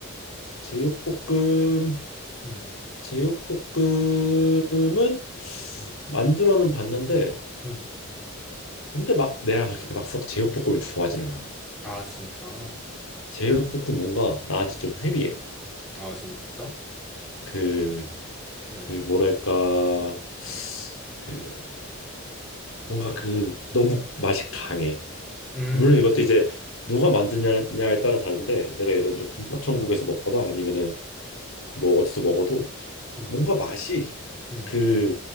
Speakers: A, on the left (about 75°); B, in the centre.
A: 제육볶음
B: 응,
A: 제육볶음은
B: 응,
A: 만들어는 봤는데
B: 응.
A: 근데 막 내가 그렇게 막썩 제육볶음을 좋아하진 않아.
B: 아, 진짜?
A: 제육볶음 뭔가 나한테 좀 헤비해.
B: 아, 진짜?
A: 그,
B: 응,
A: 그 뭐랄까
B: 응,
A: 그 뭔가 그 너무 맛이 강해.
B: 음,
A: 물론 이것도 이제 누가 만드냐에 따라 다른데 내가 예를
B: 응,
A: 들어 김밥 천국에서 먹거나 아니면은 뭐 어디서 먹어도
B: 응,
A: 뭔가 맛이
B: 응,
A: 그